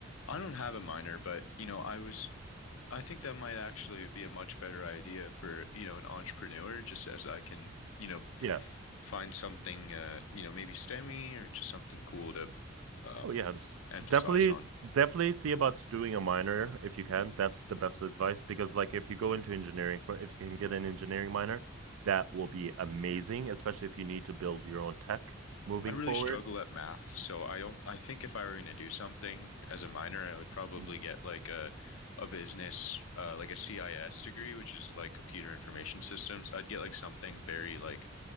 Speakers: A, on the left (about 75°); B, on the right (about 75°).
A: I don't have a minor, but you know, I was I think that might actually be a much better idea for, you know, an entrepreneur, just as I can, you know,
B: Yeah.
A: find something, uh, you know, maybe STEMmy or just something cool to um,
B: Oh yeah, it's
A: emphasize
B: definitely
A: on.
B: definitely see about doing a minor if you can. That's the best advice because like if you go into engineering for if you can get an engineering minor, that will be amazing, especially if you need to build your own tech moving
A: I really
B: forward.
A: struggle at math, so I don't I think if I were going to do something as a minor, I would probably
B: Mhm.
A: get like a a business uh like a CIS degree, which is like computer information systems. I'd get like something very like